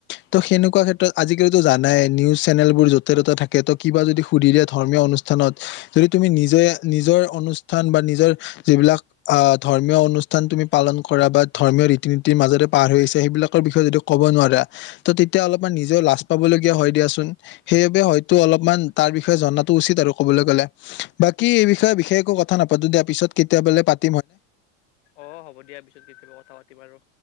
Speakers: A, on the left; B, on the left.
A: ত'। সেনেকুৱা ক্ষেত্ৰত আজিকালিতটো জানাই নিউজ চেনেলবোৰ য'তে ত'তে থাকে ।ত কিবা যদি সুধি দিয়ে ধৰ্মীয় অনুষ্ঠানত। যদি তুমি নিজে নিজৰ অনুষ্ঠান বা নিজৰ যিবিলাক আহ ধৰ্মীয় অনুষ্ঠান তুমি পালন কৰা বা ধৰ্মীয় ৰীতি নীতিৰ মাজতে পাৰ হৈছে সেইবিলাকৰ বিষয়ে যদি ক'ব নোৱাৰা ত তেতিয়া অলপমান নিজেও লাজ পাবলগীয়া হয় দিয়াচোন ।সেইবাবে হয়তো অলপমান তাৰ বিষয়ে জনাাতো উচিত আৰু কবলৈ গলে বাকী এই বিষয়ে বিশেষ একো কথা নাপাতো দিয়া। পিছত কেতিয়াবলেপ
B: অ হ'ব দিয়া পিছত কেতিয়াবা কথা পাতিম আৰু।